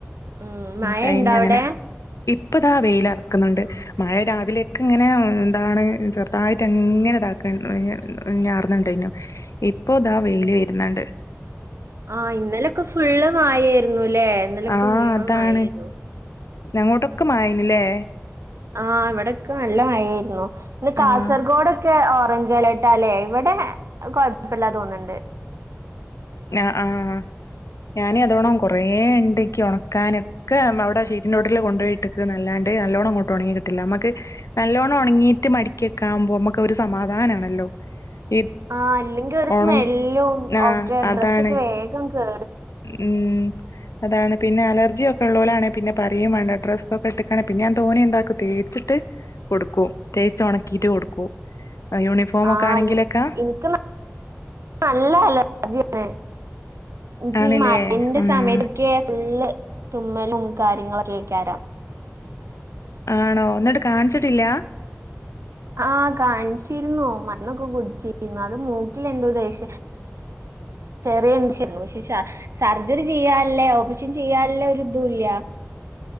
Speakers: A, on the right; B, on the left.
A: ഉം. മഴണ്ടോ
B: കഴിഞ്ഞങ്ങന
A: അവിടെ?
B: ഇപ്പതാ വെയിലർക്ക്ന്ന്ണ്ട്‌. മഴ രാവിലെയൊക്കെ ഇങ്ങനെ എന്താണ് ചെറുതായിട്ട് അങ്ങനെ ഇതാക്ക <unintelligible> ത്ണ്ടായനു ഇപ്പോ ഇതാ വെയില് വെ ര്ന്ന്ണ്ട്.
A: ആ ഇന്നലൊക്കെ ഫുള്ള് മയെരുന്നുല്ലേ ഇന്നലൊക്കെമുഴുവൻ
B: ആഹ് അതാണ്
A: മയെരുന്നു.
B: ഞങ്ങോട്ടൊക്കെ മയായ്നല്ലേ.
A: ആ ഇവിടെക്കെ നല്ല മഴ ആയിരുന്നു ഇന്ന് കാസർഗോഡൊക്കെ
B: ആഹ്
A: ഓറഞ്ച് ജലട്ടല്ലേ ഇവിടെ കോയപ്പില്ലാ തോന്നുണ്ട്.
B: ആഹ ആഹ ഞാനതോണം കൊറേണ്ട്‌ ക്കി ഉണക്കാനൊക്കെ അവിടെ ആ ഷീറ്റിന്ടോട്ടില് കൊണ്ടോയിട്ട്ക്ക്‌ന്നല്ലാണ്ട് ണ്ട് നല്ലോണം അങ്ങോട്ട് ഉണങ്ങി കിട്ടില്ല നമുക്ക് നല്ലോണം ഉണങ്ങിട്ട് മടക്കിക്കാം പോവുമ്പോ ഒരു സമാധാനാണല്ലോ. <inaudible>
A: ആ അല്ലെങ്കിൽ ഒരു
B: ഒണ
A: സ്മെല്ലും
B: ആ
A: ഒക്കെ
B: അതാണ്
A: ഡ്രസ്സക്കെ വേഗം കേ
B: ഉം അതാണ് പിന്നെ അലർജിയൊക്കെ ഉള്ളോലാണെ പിന്നെ പറയെം വേണ്ട ഡ്രസ്സ ഒക്കെ ഇട്ട്ക്കാണെ പിന്നെ ഞാൻ തോനേം ന്താക്കും തേ തേച്ചിട്ട് കൊടുക്കൂ തേച്ച് ഒണക്കിട്ട് കൊടുക്കും യൂണിഫോമൊക്കെ
A: ആനി
B: ആണെങ്കിലൊക്കെ
A: ഇൻക്ക് നല്ല അലർജിയാണ് എനിക്ക്
B: ആണില്ലേ
A: ഈ മഴന്റെ
B: ഉം
A: സമയത്തൊക്കെ ഫുള്ള് തുമ്മലും കാര്യങ്ങളൊക്കെക്കാരം
B: ആണോ ന്നിട്ട് കാണിച്ചിട്ടില്ല
A: ആഹ കാണിച്ചിരുന്നു മര്ന്നൊക്കെ കുടിച്ചിരുന്നു അത് മൂക്കിലെന്തോ ദെശ ചെറിയഷു ശ് ഷാ സർജറി ചെയ്യാൻല്ല ഓപ്പറേഷൻ ചെയ്യാൻല്ല ഒരു ഇതും ഇല്ല